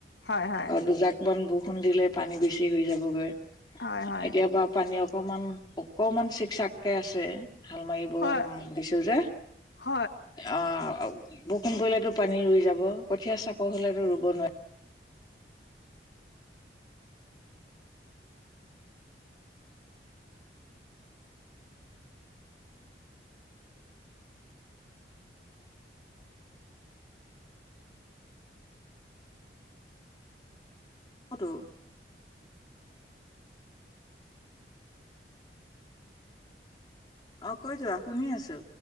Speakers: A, on the left; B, on the left.
A: হয় হয়
B: অ' দুজাক বান বৰষুণ দিলে পানী বেছি হৈ যাবগৈ।
A: হয় হয়
B: এতিয় বা পানী অকমান অকমান চিকচাককে আছে। হাল মাৰিব
A: হয়
B: দিছো যে,
A: হয়
B: অআ বৰষুণ পৰিলেতো পানী ৰুই যাব কঠীয়া চাপৰ হ'লেতো ৰুব নোৱি অ' টো। অ' কৈ যোৱা শুনি আছো।